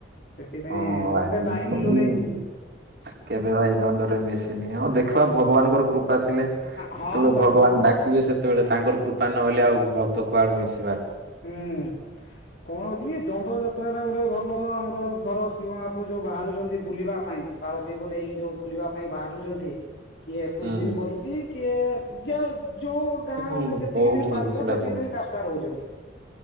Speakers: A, on the left; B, on the right.
A: ସେଥିପାଇଁ
B: ହଁ ଭାଇ
A: ମତେ ଟାଇମ ମିଲୁନାହିଁ
B: କେବେ ଭାଇ ଦଣ୍ଡରେ ମିଶି ଆଉ ଦେଖିବା ଭଗବାନଙ୍କ କୃପା କୃପା ଥିଲେ
A: ହଁ
B: ସେତେବେଳେ
A: ତାଙ୍କର
B: ଭଗବାନ
A: ଗ୍ରୁପ
B: ଡାକିବେ ସେତେବେଳେ ତାଙ୍କର କୃପା ନହେଲେ ଆଉ ଭକ୍ତ କୁଆଳୁ ମିଶ
A: ହୁଁ କଣ କି ଦଣ୍ଡ ଜାତ ଯାତ୍ରାଟା ଗୋଟେ ଭଲ ଆମର ଧର ଶିବ ମାପୁର ଯୋଉ ବାହାରୁଛନ୍ତି ବୁଲିବା ପାଇଁ ପାରବତୀଙ୍କୁ ନେଇକି ଯୋଉ ବୁଲି ବାହାରୁଛନ୍ତି କିଏ ଏକୋଇଶ
B: ହୁଁ
A: ଦିନ କରୁଛି କିଏ କିଏ ଯୋଉ ଗାଁ
B: ହୁଁ
A: ଗଲେ ଯେତିକି
B: କୋଉଠି
A: ଦିନ ପାରିଲେ
B: ସେଟା
A: ସେତିକି
B: ତ
A: ଦିନ କାଷ୍ଟା ରହୁଛନ୍ତି।